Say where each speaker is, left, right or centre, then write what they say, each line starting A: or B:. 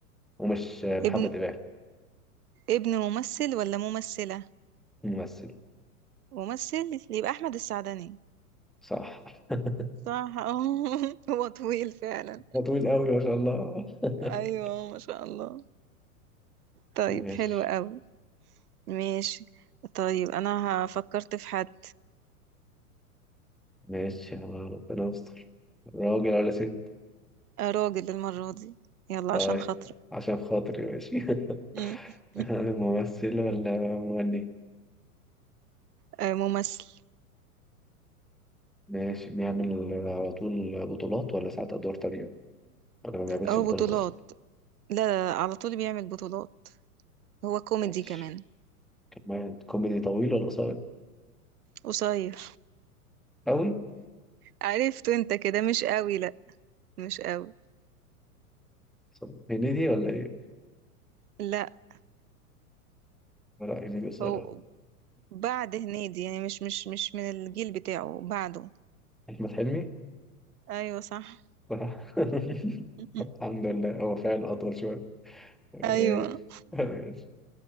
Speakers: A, in the centre; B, on the right.
A: ومش محمد
B: ابن
A: إمام
B: ابن ممثل ولا ممثلة
A: ممثل
B: ممثل يبقى أحمد السعدني
A: صح <laughs>
B: صح اه <laughs> هو طويل فعلا
A: ده طويل أوي ما شاء الله
B: ايوه
A: <laughs>
B: ما شاء الله طيب
A: ماشي
B: حلو قوي ماشي طيب انا ه- فكرت في حد
A: ماشي يلا ربنا يستر راجل ولا ست
B: آه، راجل المرة دي يلا
A: طيب
B: عشان خاطرك
A: عشان خاطري ماشي
B: مم.
A: <laughs>
B: <laughs>
A: ممثل ولا مغني
B: آه، ممثل
A: ماشي بيعمل على طول بطولات ولا ساعات أدوار تانية ولا ما بيعملش
B: اه
A: بطولات
B: بطولات
A: أصلا
B: لا لا، لا، على طول بيعمل بطولات هو كوميدي
A: ماشي
B: كمان
A: كمان كوميدي طويل ولا قصير
B: قصير
A: <laughs> أوي
B: عرفته انت كده مش قوي لا مش قوي
A: طب هنيدي ولا إيه
B: لا
A: لا هنيدي قصير
B: هو
A: أوي
B: بعد هنيدي يعني مش مش مش من الجيل بتاعه بعده
A: <laughs> أحمد حلمي
B: ايوه صح
A: صح <laughs>
B: <laughs>
A: الحمد لله هو فعلا أطول شوية ماشي
B: ايوه
A: ماشي